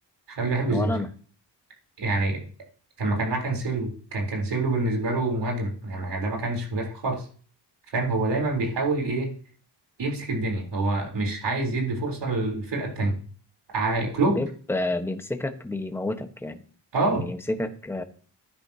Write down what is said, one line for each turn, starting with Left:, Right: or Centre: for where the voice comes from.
Right: خلي بحب زيزو
Centre: هو انا
Right: يعني كان ما كان معاه كانسيلو كان كانسيلو بالنسبة له مهاجم يعني ده ما كانش مدافع خالص فاهم هو دايما بيحاول ايه يمسك الدنيا هو مش عايز يدي فرصة للفرقة التانية ع- كلوب
Centre: بيب آه، بيمسكك بيموتك يعني
Right: اه
Centre: بيمسكك